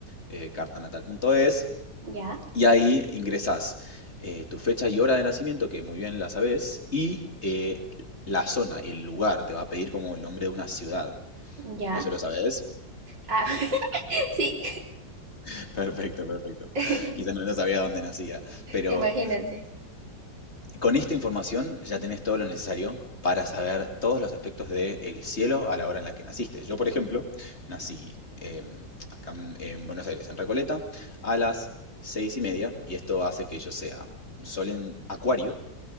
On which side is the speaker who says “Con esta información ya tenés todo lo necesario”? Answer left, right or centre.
Left